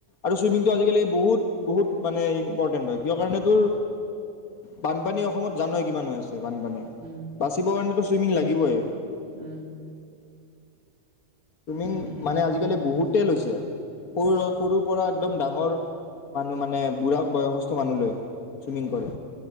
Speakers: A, on the left (about 85°); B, on the right (about 45°).
A: আৰু ছুইমিংটো আজিকালি বহুত বহুত মানে ইম্পৰ্টেণ্ট হয় কিয় কাৰণে তোৰ বানপানী অসমত জানয় কিমান হৈ আছে। বানপানীয়ে
B: উম
A: বাচিব কাৰণে চুইমিং লাগিবই।
B: উম।
A: চুইমিং
B: উম উম
A: মানে
B: উম
A: আজিকালি
B: উম
A: বহুতে লৈছে। সৰু সৰুৰ পৰা একদম ডাঙৰ মানুহ মানে বুঢ়া বয়সস্থ মানুহ লয় ছুইমিং কৰে।